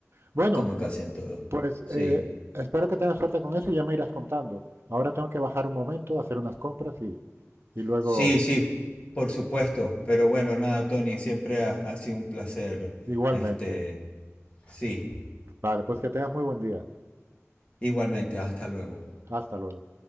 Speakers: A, on the right; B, on the left.
A: Bueno,
B: como casi en todo.
A: Pues
B: Sí,
A: eh, espero que tengas suerte con eso y ya me irás contando. Ahora tengo que bajar un momento, hacer unas compras y, y luego
B: sí, sí, por supuesto, pero bueno, nada, Tony, siempre ha, ha sido un placer,
A: igualmente.
B: este, sí,
A: Vale, pues que tengas muy buen día.
B: igualmente, hasta luego.
A: Hasta luego.